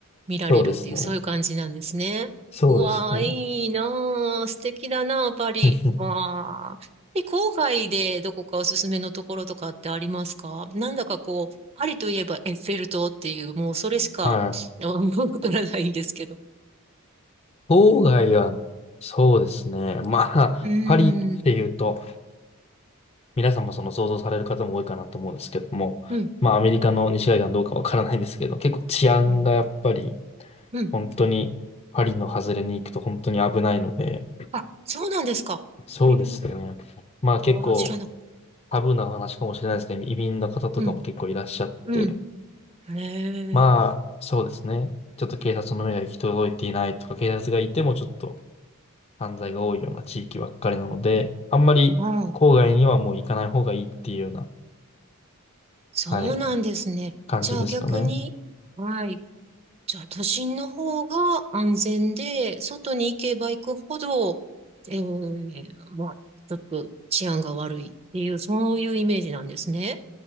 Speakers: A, on the right; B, on the left.
A: 見られるっていう、
B: そうですね。
A: そういう感じなんですね。
B: そうですね。
A: うわー、いいなー、素敵だなー、パリ。
B: うんうん
A: わー。え、郊外でどこかおすすめのところとかってありますかなんだかこう、パリといえばエッフェル塔っていう、もうそれしか、
B: はい。
A: あわからないんですけど。
B: 郊外は、そうですね。まあ、
A: うーん、
B: パリっていうと、皆さんもその想像される方も多いかなと思うんですけども、
A: うん、
B: まあアメリカの西海岸どうかわからないんですけど、結構治安がやっぱり
A: うん、うん。
B: 本当にパリの外れに行くと本当に危ないので、
A: あ、そうなんですか。
B: そうですね。
A: へえ。
B: まあ結構
A: ああ、知らなかっ
B: タブーな話かもしれないですけど、移民の方とかも結構いらっしゃって、
A: た。うん、うん。へえ。
B: まあそうですね。ちょっと警察の目が行き届いていないとか、警察がいてもちょっと犯罪が多いような地域ばっかりなので、あんまり郊外にはもう行かない方がいいっていうような、
A: ああ、そうなんですね。
B: はい、感じですかね。
A: じゃあ逆に、はい。じゃあ、都心の方が安全で、外に行けば行くほど、えー、まあ、ちょっと治安が悪いっていう、そういうイメージなんですね。